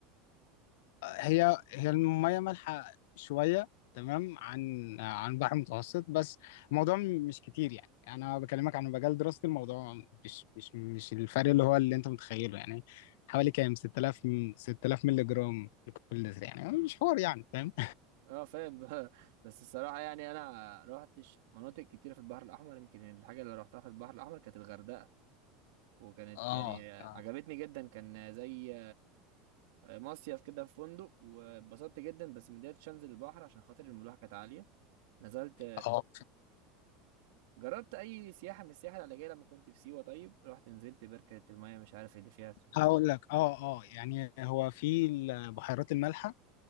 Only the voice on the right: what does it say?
اه فاهم <laughs> بس الصراحه يعني انا روحتش مناطق كتيره في البحر الاحمر يمكن الحاجه اللي روحتها في البحر الاحمر كانت الغردقه وكانت
يعني آه،
عجبتني جدا كان آه، زي آه، مصيف كده في فندق واتبسطت جدا بس ما قدرتش انزل البحر عشان خاطر الملوحه كانت عاليه نزلت
جربت اي سياحه من السياحه العلاجيه لما كنت في سيوه طيب رحت نزلت بركه المايه مش عارف اللي فيها اسمه.